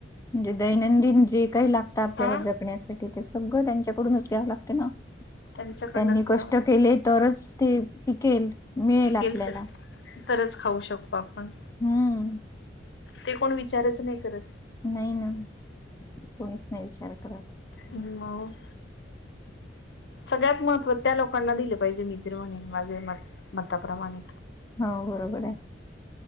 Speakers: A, on the left; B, on the left.
A: म्हणजे. दैनंदिन जे काही लागत आपल्याला
B: हा
A: जपण्यासाठी ते सगळं. त्यांच्याकडूनच घ्यावं लागते. ना
B: त्यांच्याकडनंच
A: त्यांनी कष्ट
B: घ्यावं लागेल
A: केले तरच. ते पिकेल. मिळेल
B: पिकेल
A: आपल्याला
B: तरच खाऊ शकतो. आपण
A: हम्म
B: ते कोण विचारच नाही करत.
A: नाही ना, कोणीच नाही विचार करत.
B: ह मगं सगळ्यात महत्त्व त्या लोकांना दिले पाहिजे. मी तर म्हणेन माझे मतं मताप्रमाणे.
A: हा बरोबर हाय.